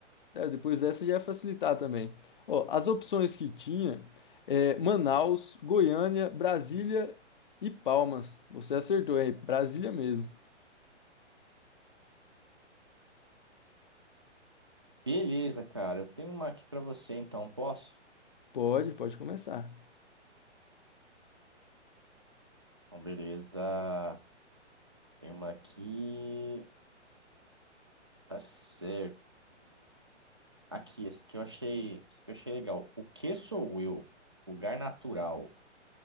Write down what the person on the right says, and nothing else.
Beleza, cara. Eu tenho uma aqui pra você, então, posso?
Então, beleza. Tem uma aqui. Tá certo. Aqui, essa aqui eu achei, essa aqui eu achei legal. O que sou eu? Lugar natural.